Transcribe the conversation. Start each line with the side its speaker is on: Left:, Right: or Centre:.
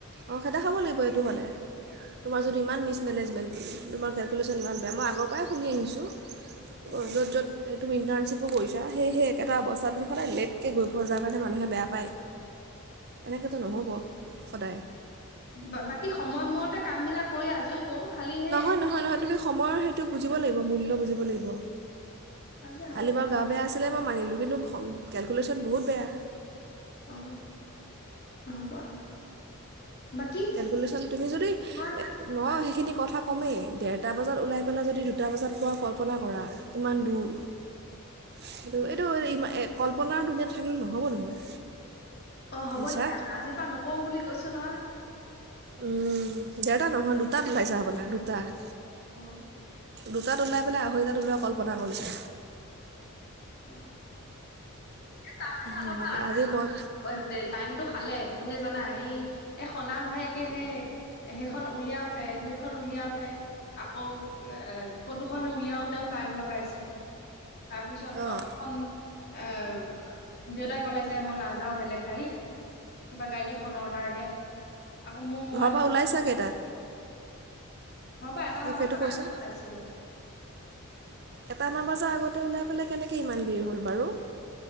Right: অ, খেদা খাব লাগিব এইটো হ'লে। তোমাৰ যদি ইমান মিছমেনেজমেণ্ট তোমাৰ কেলকুলেশ্যন ইমান বেয়া মই আগৰ পৰাই শুনি আহিছোঁ।
Left: অ
Right: য'ত-য'ত সেই তুমি ইণ্টাৰ্ণশ্বিপো কৰিছা সেইহে এটা অৱস্থাত আমি সদায় লেটকে গৈ পোৱা যোৱাৰ কাৰণে মানুহে বেয়া পায়। এনেকৈতো নহ'ব সদায়।
Left: বা বাকী সময়মতে কাম বিলাক কৰি আজৰি কৰো খালিহে
Right: নহয়-নহয় তুমি সময়ৰ বুজিব লাগিব মূল্য বুজিব লাগিব।
Left: দিয়া হ'ব
Right: কালি
Left: দিয়া
Right: পৰা গা বেয়া আছে আছিলে মই মানিলোঁ কিন্তু কেলকুলেশ্যন বহুত বেয়া।
Left: অ, হব। বাকী
Right: কেলকুলেশ্যন তুমি যদি
Left: তোমাৰ
Right: নই সেইখিনি কথা ক'মেই ডেৰটা বজাত ওলাই পেলাই যদি দুটা বজাত পোৱাৰ কল্পনা কৰা। ইমান দূৰ। সেইটো এইটো কল্পনাৰ দুনীয়া থাকিলে নহ'ব নহয়।
Left: অ, হ'ব
Right: বুজিছা
Left: দিয়া আজিৰ পৰা নকওঁ বুলি কৈছোঁ নহয়।
Right: উম, ডেৰটা নহয় দুটা উলাইচা <inaudible> দুুটাত।
Left: অ
Right: দুটাত ওলাই পেলাই আঢ়ৈটাত ওলোৱা কল্পনা কৰিছা।
Left: অ, তাৰমানে অলপমান
Right: নহ'ব
Left: আধা
Right: আজি
Left: পাম
Right: মই
Left: টাইমটো খালে কোনে জানা এই এ সনা ভায়েকে হে সেইখন উলিয়াওতে এডমিটখন উলিয়াওতে, আকৌ এ, ফটো খনে উলিয়াওতেও টাইম লগাইছে। তাৰপিছত
Right: অঁ
Left: অত' খন এ, দেউতাই ক'লে যে মই নাযাওঁ বেলেগ গাড়ীত কিবা গাড়ী এখন অৰ্ডাৰ দে। আকৌ মোৰ মোবাইল
Right: তই ওলাইছা কেইটাত?
Left: ঘৰৰ পৰা এটা
Right: মোক
Left: নাবাজাৰ
Right: সেইটো কোৱাচোন
Left: আগতে ওলাইছিলোঁ।
Right: এটা না বজাৰ আগতে ওলাই পেলাই কেনেকৈ ইমান দেৰি হ'ল বাৰু?